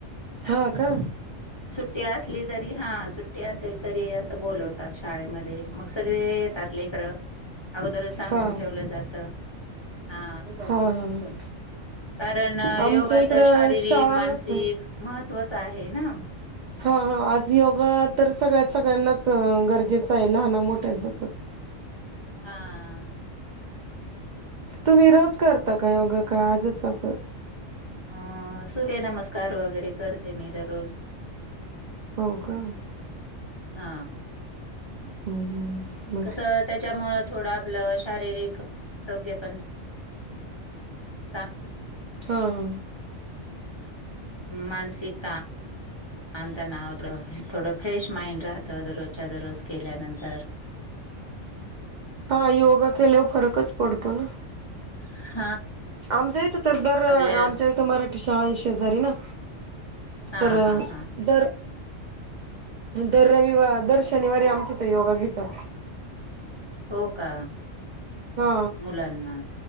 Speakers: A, on the right; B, on the left.
A: हा का
B: सुट्टी असली तरी हा सुट्टी असेल तरी असं बोलवतात शाळेमध्ये मग सगळे येतात लेकर अगोदर सांगून
A: हा
B: ठेवलं जात हा
A: हा हा.
B: कारण
A: आमच्या
B: योगाच
A: इकडं
B: शारीरिक
A: शाळा नसेल
B: मानसिक महत्वाच आहे ना
A: हा हा आज योगा तर सगळ्या सगळ्यांनाच गरजेचं आहे लहाना मोठ्या सोबत <inaudible>
B: हा.
A: तुम्ही रोज करता का योगा का आजच असं
B: अं सूर्य नमस्कार वगैरे करते मी दररोज
A: हो का हम्म
B: हा
A: हम्म हम्म मग
B: कसं त्याच्यामुळं थोडं आपलं शारीरिक आरोग्य पण <inaudible> चांग
A: हा हा
B: मानसिकता. आणि त्यांनां थोडं फ्रेश माइंड राहतं दररोजच्या दररोज केल्यानंतर
A: हा योगा केल्यावर फरकच पडतो ना
B: <inaudible>
A: आमच्या इथं तर दर
B: आपले
A: आमच्या इथं मराठी शाळा आहे शेजारी ना
B: हा
A: तर
B: हा हा
A: दर दर रविवार दर शनिवारी आमच्या इथे योगा घेतात
B: हो का
A: हा
B: मुलांना